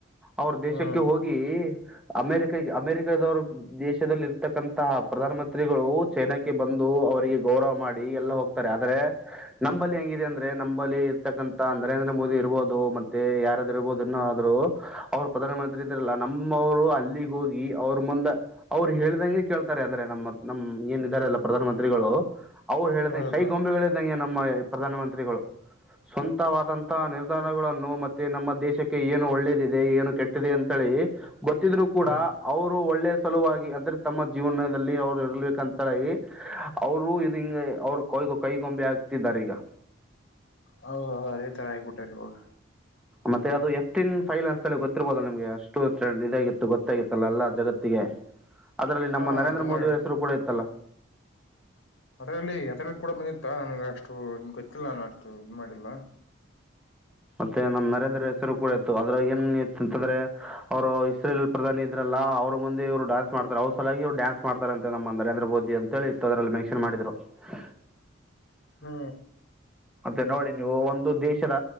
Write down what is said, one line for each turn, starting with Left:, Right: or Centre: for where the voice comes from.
Centre: ಅವ್ರ ದೇಶಕ್ಕೆ
Left: ಹ್ಮ್
Centre: ಹೋಗಿ ಅಮೆರಿಕಾಗೆ ಅಮೆರಿಕದವರ ದೇಶದಲ್ಲಿ ಇರ್ತಕ್ಕಂತಹ ಪ್ರಧಾನ ಮಂತ್ರಿಗಳು ಚೈನಾಕ್ಕೆ ಬಂದು ಓ ಅವರಿಗೆ ಗೌರವ ಮಾಡಿ ಎಲ್ಲ ಹೋಗ್ತಾರೆ ಆದ್ರೆ ನಂಬಲ್ಲಿ ಹೆಂಗಿದೆ ಅಂದ್ರೆ ನಂಬಲ್ಲಿ ಇರ್ತಕ್ಕಂತ ನರೇಂದ್ರ ಮೋದಿ ಇರ್ಬೋದು ಮತ್ತೆ ಯಾರಾದರು ಇರಬಹದು ಇನ್ನ ಆದ್ರು ಅವ್ರು ಪ್ರಧಾನ ಮಂತ್ರಿ ಇದಾರಲ್ಲ ನಮ್ಮವರು ಅಲ್ಲಿಗೆ ಹೋಗಿ ಅವರು ಅವರು ಮುಂದ ಅವ್ರು ಹೇಳಿದಂಗೆ ಕೇಳ್ತಾರೆ ಅಂದ್ರೆ ನಮ್ಮ ನಮ್ ಏನಿದ್ದಾರೆ ಎಲ್ಲ ಪ್ರಧಾನ ಮಂತ್ರಿಗಳು ಅವ್ರು ಹೇಳ್ದ
Left: ಹೌದು
Centre: ಕೈ ಗೊಂಬೆಗಳಿದ್ದಂಗೆ ನಮ್ಮ ಪ್ರಧಾನಮಂತ್ರಿಗಳು ಸ್ವಂತವಾದಂತಹ ನಿರ್ಧಾರ ಗುಣಗಳನ್ನು ಮತ್ತೆ ನಮ್ಮ ದೇಶಕ್ಕೆ ಏನು ಒಳ್ಳೇದಿದೆ ಏನು ಕೆಟ್ಟಿದೆ ಅಂತ ಹೇಳಿ ಹ ಗೊತ್ತಿದ್ರು ಕೂಡ
Left: ಹ್ಮ್
Centre: ಅವರು ಒಳ್ಳೆ ಸಲುವಾಗಿ ಅಂದ್ರೆ ತಮ್ಮ ಜೀವನದಲ್ಲಿ ಅವರು ಇರಲಿಕಂತಾಗಿ ಹ್ಹ ಅವರು ಇದಿಂಗ ಅವರು ಕೊಯ್ ಕೈ ಗೊಂಬೆ ಆಗತ್ತಿದಾರೆ ಈಗ
Left: ಹೌದ ಅದೇ ತರ ಆಗ್ಬಿಟ್ಟದ ನೋಡ
Centre: ಮತ್ತೆ ಅದು ಎಫಟಿನ್ ಫೈಲ್ ಅಂತಲ ಗೊತ್ತಿರ್ಬೋದ ನಿಮಗೆ ಅಷ್ಟು ಇದಾಗಿತ್ತು ಗೊತ್ತಾಗಿತ್ತಲ್ಲ ಎಲ್ಲಾ ಜಗತ್ತಿಗೆ ಅದರಲ್ಲಿ
Left: ಹಾ
Centre: ನಮ್ಮ ನರೇಂದ್ರ
Left: ತುಂಬಾ
Centre: ಮೋದಿ ಅವರ ಹೆಸರು ಕೂಡ ಇತ್ತಲ್ಲ
Left: ಅದರಲ್ಲಿ ಎಫೆಲ್ ಕೂಡ ಬಂದಿತ್ತಾ ನನಗೆ ಅಷ್ಟು ಗೊತ್ತಿಲ್ಲ ನಾ ಅಷ್ಟು ಇದು ಮಾಡಿಲ್ಲ
Centre: ಮತ್ತೆ ನಮ್ಮ ನರೇಂದ್ರ ಹೆಸರು ಕೂಡ ಇತ್ತು ಅದ್ರ ಏನ್ ಇತ್ತು ಅಂತಂದ್ರೆ ಅವರು ಇಸ್ರೇಲ್ ಪ್ರಧಾನಿ ಇದ್ರಲ್ಲ ಲ್ಲಾ ಅವರ ಮುಂದೆ ಇವರು ಡಾನ್ಸ್ ಮಾಡತಾರೆ ಅವ್ರ ಸಲವಾಗಿ ಇವುರು ಡ್ಯಾನ್ಸ ಮಾಡ್ತಾರಂತೆ ನರೇಂದ್ರ ಮೋದಿ ಅಂತ ಹೇಳಿತ್ತು ಅದ್ರಲ್ಲಿ ಮೆನ್ಷನ್ ಮಾಡಿದ್ರು <inaudible> <unintelligible>
Left: ಹು
Centre: ಮತ್ತೆ ನೋಡಿ ನೀವು ಒಂದು ದೇಶದ